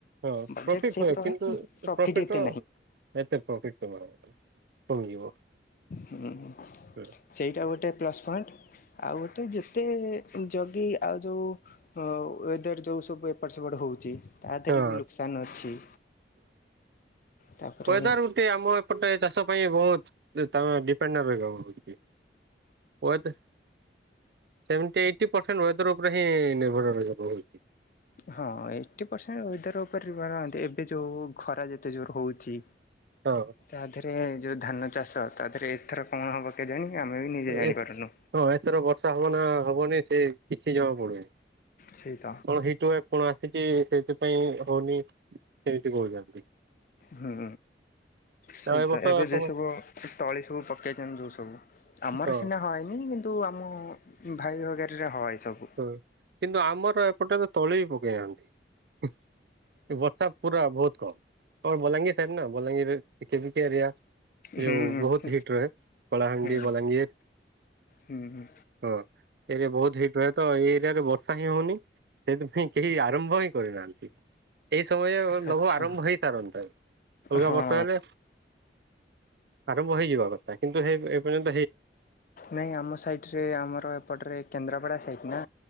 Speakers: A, on the right; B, on the left.
A: ହଁ
B: ବଜେଟ୍
A: ପ୍ରଫିଟ
B: ସେଭ୍
A: ହଏ।
B: ରହେ
A: ପ୍ରଫିଟ
B: କିନ୍ତୁ ପ୍ରଫିଟ୍ ଏତେ
A: ର ଏତେ ପ୍ରଫିଟ କମ କମିଯିବ।
B: ହୁଁ ହୁଁ
A: ହୁଁ।
B: ସେଇଟା ଗୋଟେ ପ୍ଲସ ପଏଣ୍ଟ। ଆଉ ଗୋଟେ ଯେତେ ଜଗି ଆଉ ଯୋଉ ୱଦର ଯୋଉ ସବୁ ଏପଟ ସେପଟ ହ ହଉଛି, ତା
A: ହଁ
B: ଦେହରେ ବି ଲୋକସଆନ୍ ଅଛି। ତାପରେ
A: ୱାଦର୍ ଗୋଟେ ଆମ ଏପଟେ ଚାଷ ପାଇଁ ବହୁତ ଡିପେଣ୍ଡ ରହିବ ହଉଚି। ୱାଦ ଯେମିତି ଏଇଟ୍ ପର୍ସେଣ୍ଟ ୱାଦର ଉପରେ ହିଁ ନିର୍ଭର ରହିବ।
B: ହଁ ଏଇଟ ପର୍ଶେଣ୍ଟ ୱାଦେର ଉପରେ ଏବେ ଯୋଉ ଖରା ଯେତେ ଜୋର ହଉଛି।
A: ହଁ
B: ତା ଦେହରେ ଯୋଉ ଧାନ ଚାଷ ତା ଦେହରେ ଏଥର କଣ ହବ କେଜାଣି? ଆମେ ବି ନିଜେ ଜାଣିପାରୁନୁ।
A: ଏ ହଁ ଏଥର ବର୍ଷା ହବ ନା ହବନି ସେ କିଛି ଜମା ପଡୁନି।
B: ସେଇତ
A: କଣ ହିଟ ୱାଇ କଣ ଆସିଛି ସେଇଥିପାଇ ହଉନି ସେମିତି କହୁଛନ୍ତି।
B: ହୁଁ। ସେଇତ
A: ଆଉ ଏ ବର୍ଷ
B: ଏବେ
A: ସମସ୍ତ
B: ଯେ ସବୁ ତଳି ସବୁ ପକେଇଛନ୍ତି ଯୋଉ ସବୁ ଆମର
A: ହଁ
B: ସିନା ହନି କିନ୍ତ ତୁ ଆମ ଭାଇ ବଗରରେ ହଏ। ସବୁ
A: ହୁଁ କିନ୍ତୁ ଆମର ଏପଟେ ତ ତଳି ବି ପକେଇ ନାହାନ୍ତି। ବର୍ଷା ପୁରା ବହୁତ କମ୍ ଆ ବଲାଙ୍ଗୀର ସାଇଡ ନା ବଲାଙ୍ଗୀରେ ଏକ ଏରିଆ
B: ହୁଁ
A: ଯଉ ବହୁତ ହିଟ୍ ରହେ କଳାହାଣ୍ଡି,
B: ହୁଁ
A: ବଲାଙ୍ଗୀର।
B: ହୁଁ ହୁଁ
A: ହଁ ଏଇଠରେ ବହୁତ ହିଟ୍ ରହେ। ତ ଏରିଆରେ ବର୍ଷା ହିଁ ହଉନି ସେଥିପାଇଁ କେହି ଆରମ୍ଭ ହିଁ କରିନାହାନ୍ତି। ଏଇ ସମୟେ
B: ଆଚ୍ଛା।
A: ଲଘୁ ଆରମ୍ଭ ହେଇସାରନ୍ତାଣି, ଅଲଗା
B: ହଁ
A: ବର୍ଷା ହେଲେ ଆରମ୍ଭ ହେଇଯିବା କଥା କିନ୍ତୁ ହେଇନି <unintelligible>
B: ନାଇଁ ଆମ ସାଇଟରେ ଆମର ଏପଟରେ କେନ୍ଦ୍ରାପଡା ସାଇଟ ନା।